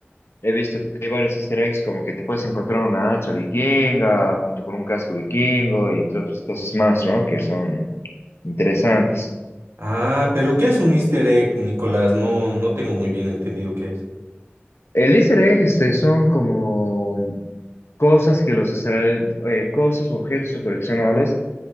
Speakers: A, on the left; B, on the right.
A: He visto que hay varios easter eggs, como que te puedes encontrar una hacha vikinga junto con un casco vikingo y entre otras cosas más, ¿no? Que son Interesantes.
B: Ah, pero ¿qué es un Easter egg, Nicolás? No, no tengo muy bien entendido qué es.
A: El easter egg este, son como cosas que los desarroll- eh, cosas u objetos o coleccionables